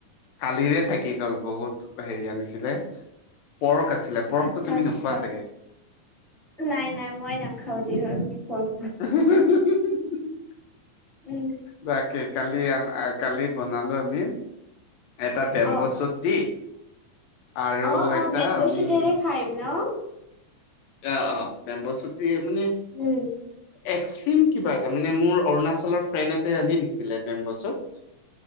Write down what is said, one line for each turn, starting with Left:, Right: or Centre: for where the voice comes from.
Left: কালিৰে থাকি গ'ল, বহুত হেৰি আনিছিলে। পৰক আছিলে, পৰকটো
Right: আচ্ছা,
Left: তুমি
Right: আচ্ছা,
Left: নোখোৱা চাগে?
Right: নাই, নাই, মই নাখাও দিয়ক পৰক।
Left: <inaudible>
Right: উম,
Left: তাকে, কালি, কালি বনালো আমি। এটা বেম্ব
Right: অ',
Left: চুট দি, আৰু
Right: অ', অ',
Left: এটা
Right: বেম্ব
Left: আমি
Right: চুটেৰে খাই ন।
Left: অ, অ, বেম্বো শ্বুট মানে
Right: উম।
Left: এক্সট্ৰিম কিবা এটা, মানে মোৰ অৰুণাচলৰ ফ্ৰেণ্ড এটা আনি দিছিলে বেম্বো শ্বুট।